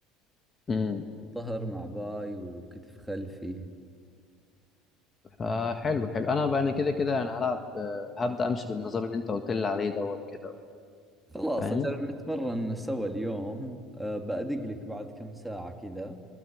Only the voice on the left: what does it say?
امم
فحلو حلو انا بقى انا كده كده يعني هلعب آه، هبدا امشي بالنظام اللي انت قلت لي عليه دوت كده
فاهم